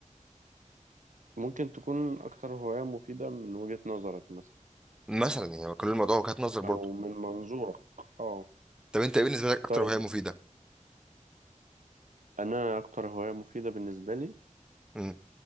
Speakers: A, on the right (about 70°); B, in the centre.
A: ممكن تكون أكتر هواية مفيدة من وجهة نظرك مثلا
B: مثلا يعني كل الموضوع وجهات نظر برضه
A: أو من منظورك آه
B: طب انت ايه بالنسبه لك اكتر
A: طيب
B: هوايه مفيده
A: أنا أكتر هواية مفيدة بالنسبة لي
B: امم